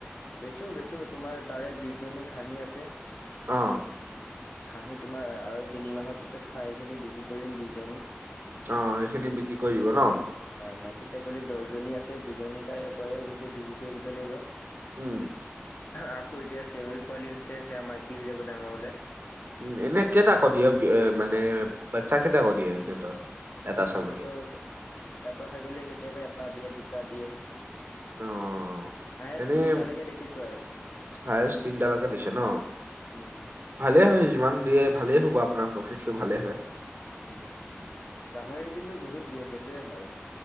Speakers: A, on the left; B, on the right.
A: বেচো, বেচো তোমাৰ তাৰে বিশজনী খাহি আছে।
B: অ'।
A: খাহী তোমাৰ আৰু তিনিমাহৰ পিছত খাহী খিনি বিক্ৰী কৰিম বিশজনী।
B: অ', এইখিনি বিক্ৰী কৰিব দিব ন।
A: অ', মাইকী ছাগলী দহজনী আছে, দুজনী তাৰে বয়স হৈছে বিক্ৰী কৰি দিব লাগিব।
B: উম।
A: আকৌ এতিয়া চেউৰী পোৱালি হৈছে, সেয়া মাইকী হৈ যাব ডাঙৰ হ'লে।
B: উম, এনে কেইটা কৈ দিয়ে, মানে বাচ্ছাক কেইটা কৈ দিয়ে সিহঁতৰ। এটা ছাগলী
A: সিহঁতৰ, এটা ছাগলীয়ে কেতিয়াবা এটা দিয়ে, দুটা দিয়ে।
B: অ'।
A: হায়েষ্ট
B: এনেই
A: তিনটালৈকে দেখিছো আৰু
B: হায়েষ্ট তিনিটা লৈকে দিছে ন।
A: উম
B: ভালে হয়, যিমান দিয়ে, ভালেই আপোনাৰ প্ৰফিটটো ভালে হয়।
A: উম, গাহৰি কিন্তু বহুত দিয়ে সেইটোৱে ভাল।